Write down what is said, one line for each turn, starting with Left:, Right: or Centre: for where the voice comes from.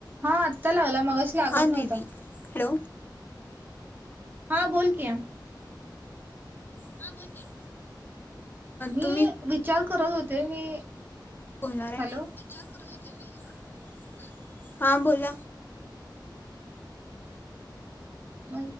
Right: हा आता लागला मगाशी लागत
Left: हां दिदी
Right: नव्हता.
Left: हॅलो
Right: हां बोलकी
Left: हा बोल की.
Right: मी
Left: तुम्ही
Right: विचार करत होते मी
Left: बोलणार आहे.
Right: हॅलो
Left: विचार करत हो ते की हॅलो, हा बोला.
Right: म